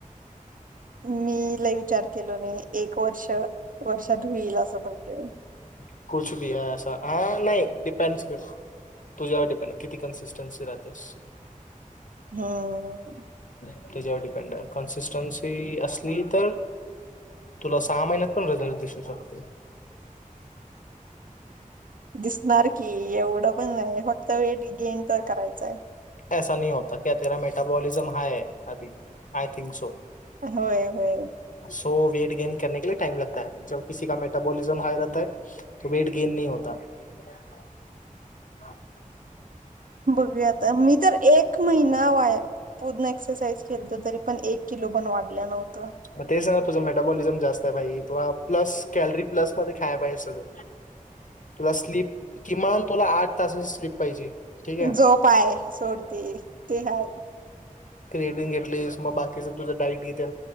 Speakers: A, on the right; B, on the left.
A: मी लय विचार केला नाही एक वर्ष वर्षात होईल असं म्हणतेय
B: <unintelligible> तुझ्यावर डिपेंड किती कन्सिस्टन्सी राहतेस.
A: हा.
B: त्याच्यावर डिपेंड आहे कन्सिस्टन्सी असली तर तुला सहा महिन्यात पण रिझल्ट दिसू शकते.
A: दिसणार की एवढं पण नाही फक्त वेट गेन तर करायचंय.
B: <unintelligible> सो
A: होय, होय.
B: <unintelligible>
A: बघूया आता मी तर एक महिना वाय पूर्ण एक्सरसाइज केलतो तरी पण एक किलो पण वाढल्या नव्ह
B: मग ते स तुझा मेटाबोलिजम जास्त आहे बाई, तुला प्लस कॅलरीप्लस मध्ये खाया पाहिजे सगळं. प्लस स्लिप किमान तुला आठ तासाची स्लिप पाहिजे. ठीक आहे
A: झोप हाय सोडती ते हाय
B: क्रिएटिंग घेटलीस, मग बाकीच तुझं डाईट घे त्या